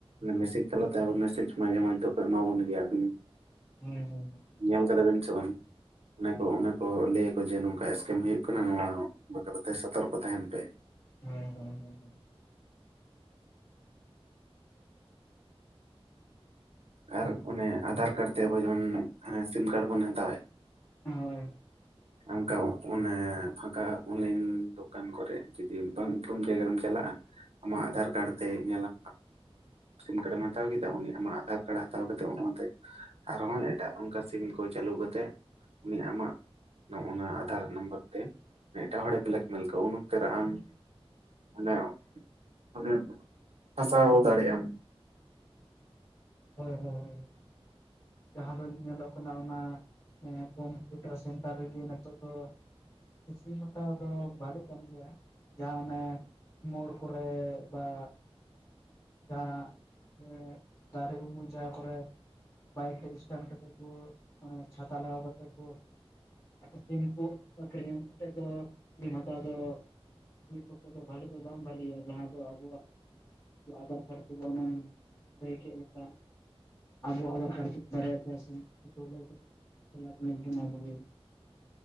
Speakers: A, on the right; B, on the left.
A: ᱢᱮᱥᱡᱽ ᱛᱟᱞᱟᱛᱮ ᱟᱵ ᱢᱮᱥᱮᱡᱽ ᱢᱟᱡᱮ ᱢᱟᱡᱮ ᱫᱚ ᱮᱢᱢᱟ ᱵᱚᱱ ᱜᱮᱭᱟ ᱡᱤ
B: ᱦᱳᱭ ᱦᱳᱭ ᱦᱳᱭ
A: ᱧᱮᱞ ᱠᱟᱫᱟ ᱵᱮᱤᱱ ᱥᱮ ᱵᱟᱝ, ᱚᱱᱟ ᱠᱚ ᱚᱱᱟ ᱠᱚ ᱞᱟᱹᱭᱟᱠᱚ ᱡᱮ ᱱᱚᱝᱠᱟ ᱦᱩᱭᱩᱜ ᱠᱟᱱᱟ ᱱᱚᱣᱟ ᱵᱟᱠᱷᱚᱨᱟ ᱛᱮ ᱥᱚᱛᱚᱨᱠᱚ ᱛᱟᱦᱮᱱ ᱯᱮ,
B: ᱦᱮᱸ ᱦᱮᱸ ᱦᱮᱸ ᱦᱮᱸ
A: ᱟᱨ ᱚᱱᱮ ᱟᱫᱷᱟᱨ ᱠᱟᱨᱰ ᱛᱮ ᱟᱵᱚ ᱡᱮᱢᱚᱱ ᱥᱤᱢ ᱠᱟᱨᱰ ᱵᱚᱱ ᱦᱟᱛᱟᱣᱮᱫ,
B: ᱦᱳᱭ
A: ᱚᱱᱠᱟ ᱚᱱ ᱯᱷᱟᱠᱟ ᱚᱱᱞᱟᱭᱤᱱ ᱫᱚᱠᱟᱱ ᱠᱚᱨᱮ ᱡᱩᱫᱤ ᱵᱟᱝ ᱩᱯᱨᱩᱢ ᱡᱟᱭᱜᱟ ᱨᱮᱢ ᱪᱟᱞᱟᱜᱼᱟ ᱟᱢᱟᱜ ᱟᱫᱷᱟᱨ ᱠᱟᱨᱰ ᱛᱮ ᱧᱮᱞᱟᱢ ᱥᱤᱢ ᱠᱟᱨᱰ ᱮᱢ ᱦᱟᱛᱟᱣ ᱠᱮᱫᱟ ᱩᱱᱤ ᱟᱫᱷᱟᱨ ᱠᱟᱨᱰ ᱦᱟᱛᱟᱣ ᱠᱟᱛᱮ ᱚᱱᱟᱛᱮ, ᱟᱨᱦᱚᱸ ᱮᱴᱟᱜ ᱚᱱᱠᱟ ᱥᱤᱢ ᱠᱚ ᱪᱟᱹᱞᱩ ᱠᱟᱛᱮᱫ ᱩᱱᱤ ᱟᱢᱟᱜ ᱱᱚᱜ ᱚᱱᱟ ᱟᱫᱷᱟᱨ ᱱᱟᱢᱵᱟᱨ ᱛᱮ, ᱮᱴᱟᱜ ᱦᱚᱲᱮ ᱵᱞᱮᱠᱢᱮᱞ ᱟᱠᱟᱜᱣᱟ ᱩᱱ ᱚᱠᱛ ᱨᱮ ᱟᱢ ᱢᱟᱱᱮ, ᱢᱟᱱᱮ, ᱯᱷᱟᱥᱟᱣ ᱫᱟᱲᱮᱭᱟᱜ ᱟᱢ᱾
B: ᱦᱳᱭ ᱦᱳᱭ ᱦᱳᱭ, ᱡᱟᱦᱟᱸ ᱫᱚ ᱧᱮᱞᱚᱜ ᱠᱟᱱᱟ ᱚᱱᱟ ᱠᱚᱢᱯᱩᱴᱟᱨ ᱥᱮᱱᱴᱟᱨ ᱨᱮᱜᱮ ᱱᱤᱛᱚᱜ ᱫᱚ ᱥᱤᱢ ᱦᱟᱛᱟᱣ ᱫᱚ ᱵᱷᱟᱞᱮ ᱠᱟᱱ ᱜᱮᱭᱟ, ᱡᱟᱦᱟᱸ ᱚᱱᱮ ᱢᱳᱲ ᱠᱚᱨᱮ ᱵᱟ, ᱡᱟᱦᱟᱸ ᱤᱭᱟᱹ ᱫᱟᱨᱮ ᱩᱢᱩᱞ ᱡᱟᱦᱟᱸ ᱠᱚᱨᱮ, ᱵᱟᱭᱤᱠ ᱨᱮ ᱥᱴᱮᱱᱴ ᱠᱟᱛᱮᱜ ᱠᱚ ᱚᱱᱮ ᱪᱷᱟᱛᱟ ᱞᱟᱜᱟᱣ ᱠᱟᱛᱮᱜ ᱠᱚ, ᱥᱤᱢ ᱠᱩ ᱟᱹᱠᱷᱨᱤᱧ ᱚᱰᱮᱫᱚ ᱥᱤᱢ ᱦᱟᱛᱟᱣ ᱫᱚ ᱢᱤᱫ ᱯᱚᱠᱠᱷᱮ ᱫᱚ ᱵᱷᱟᱞᱮ ᱫᱚ ᱵᱟᱝ ᱵᱷᱟᱞᱮᱭᱟ ᱡᱟᱦᱟᱸ ᱫᱚ ᱟᱵᱚᱣᱟᱜ ᱟᱸᱫᱷᱟᱨ <unintelligible> ᱞᱟᱹᱭ ᱠᱮᱜ ᱞᱮᱠᱟ ᱟᱵᱚᱣᱟᱜ ᱵᱚᱱ <inaudible>